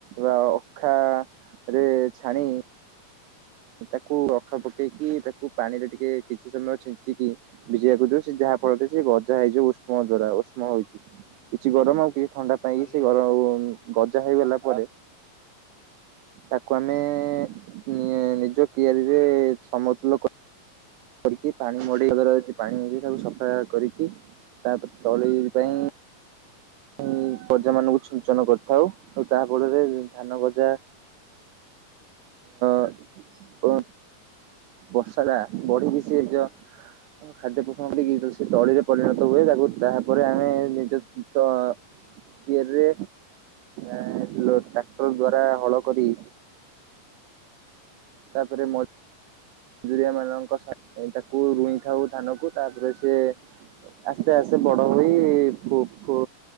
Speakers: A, on the right; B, on the left.
A: ବା ଅଖାରେ ଛାଣି ତାକୁ ଅଖା ପକେଇକି ତାକୁ ପାଣିରେ ଟିକେ କିଛି ସମୟ ଛିଞ୍ଚିକି ଭିଜେଇିବାକୁ ଦଉ ସେ ଯାହା ଫଳରେ ସେ ଗଜା ହେଇଯିବ ଉଷ୍ମ ଦ୍ଵାରା ଉଷ୍ମ ହେଇକି। କିଛି ଗରମ ଆଉ କିଛି ଥଣ୍ଡା ପାଇଁକି
B: ଆଜ୍ଞା
A: ସେ
B: ଆଜ୍ଞା
A: ଗରମ ଆଉ ଗଜା ହେଇଗଲା
B: ଆ
A: ପରେ ତାକୁ ଆମେ ଏ ନି ନି ଯୁ କିଆରିରେ ସମତୁଲ କ କରିକି ପାଣି ମଡେଇବା ଦ୍ଵାରା ପାଣିକି ତାକୁ ସଫା କରିକି ତା ତଳି ପାଇଁ ଇଁ ଗଜା ମାନଙ୍କୁ ଛିଞ୍ଚନ କରିଥାଉ ଆଉ ତାହା ଫଳରେ ଧାନ ଗଜା ଓ ବର୍ଷା ରା ବଢିକି ସେ ଯ ଖାଦ୍ୟ ପୋଷଣ ଦେଇକି ସେ ତଳିରେ ପରିଣତ ହୁଏ। ତାକୁ ତାହାପରେ ଆମେ ନିଜ ତ କିଆରିରେ ଏ ଲୋ ଟ୍ରାକ୍ଟର ଦ୍ଵାରା ହଳ କରି ତାପରେ ମ ମଜୁରିଆ ମାନଙ୍କ ସା ତାକୁ ରୁଇ ଥାଉ ଧାନକୁ ତାପରେ ସେ ଆସ୍ତେ ଆସ୍ତେ ବଡ ହଇ ଫୁ ଫୁ